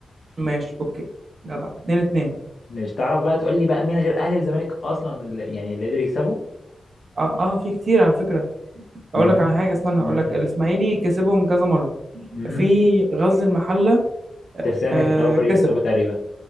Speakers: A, on the right; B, on the left.
A: ماشي اوكي جدع اتنين اتنين
B: مش تعرف بقى تقول لي بقى مين غير اهلي والزمالك اصلا اللي يعني اللي قدر يكسبه
A: اه اه في كتير على فكره اقول
B: امم
A: لك على حاجه استنى
B: امم
A: هقول لك الاسماعيلي كسبهم كذا مره
B: امم
A: في غزل المحله
B: ترسانة
A: آه
B: كانت اول فريق
A: كسب
B: يكسبه تقريبا